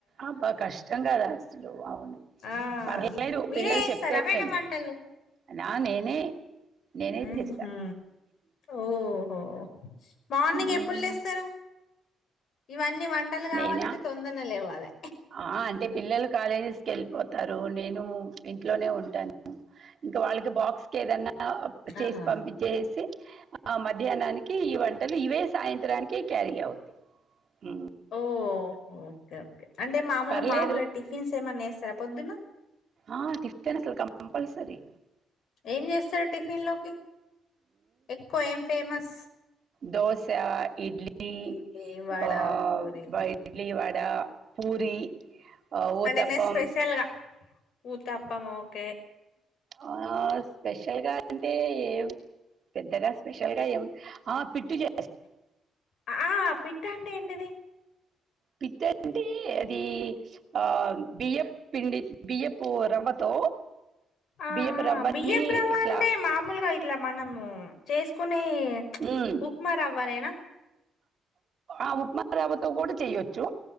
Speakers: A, on the right; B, on the left.
A: అబ్బా కష్టం కదా అసలు అవును.
B: ఆ!
A: పర్లేలేదు
B: మీరే
A: పిల్లలు
B: జేస్తారా
A: చెప్తే
B: మేడం
A: ఏంట
B: వంటలు?
A: నా నేనే నేనే
B: హుహు.
A: చేస్తా,
B: ఓహో! మార్నింగ్
A: ఉమ్
B: ఎప్పుడు లేస్తారు? ఇవన్నీ వంటలు కావాలంటే
A: నేనా
B: తొందరనే లేవాలె.
A: ఆ అంటే పిల్లలు కాలేజెస్కి వెళ్ళిపోతారు, నేను ఇంట్లోనే ఉంటాను ఇంకా వాళ్ళకి బాక్స్ కే దన్నా చేసి
B: ఆహా!
A: పంపించేసి. ఆ మధ్యాహ్నానికి ఈ వంటలు ఇవే సాయంత్రానికి క్యారీ అవుతా ఉమ్
B: ఓహ్! ఓకే ఓకే, అంటే మామూలు
A: పర్లేదు
B: మామూలుగ టిఫిన్స్ ఏమన్నా ఏస్తరా పొద్దున్న?
A: అ టిఫిన్ కంపల్సరి
B: ఏం చేస్తరు టిఫిన్ లోకి, ఎక్కువ ఏం ఫేమస్?
A: దోస, ఇడ్లీ
B: ఇడ్లీ, వడ,
A: ఆ
B: పూరి
A: ఇడ్లీ వడా పూరి ఆ ఊతప్పం.
B: అంటే నేను స్పెషల్‌గా ఊతప్పం ఒకే
A: ఆ స్పెషల్ గా అంటే ఏం పెద్దగా స్పెషల్ గా ఏం, ఆ పిట్టు చె
B: ఆ పిట్టంటే ఏంటిది?
A: పిట్టు అంటే అది ఆ బియ్య పిండి ఆ బియ్యపు రవ్వతో
B: ఆ
A: బియ్యపు రవ్వని
B: ఆ బియ్యపూ రవ్వ
A: ఇట్లా
B: అంటే మామూలుగా ఇట్లా మనము ఉమ్ చేసుకునే ప్చ్
A: ఉమ్
B: ఉప్మా రవ్వనేన?
A: ఆ ఉప్మా రవ్వ తో కూడా చేయొచ్చు.